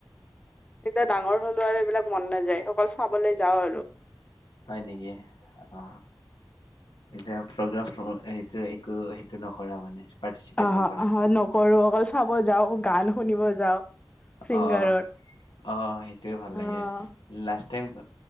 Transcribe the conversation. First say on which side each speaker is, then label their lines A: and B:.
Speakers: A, on the left (about 15°); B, on the left (about 90°).
A: এতিয়া ডাঙৰ হলো আৰু এইবিলাক মন নাযায় অকল চাবলৈ যাওঁ আৰু।
B: হয় নেকি? অ এতি প্ৰগ্ৰাম সেইটো একো সেইটো নকৰা মানে। পাৰ্টিচিপেট
A: অ
B: নকৰা
A: অ নকৰো। বল চাব যাওঁ গান শুনিব যাওঁ। ছিংগাৰৰ
B: অ অ সেইটোয়ে ভাল
A: অ
B: লাগে লাষ্ট তেওঁক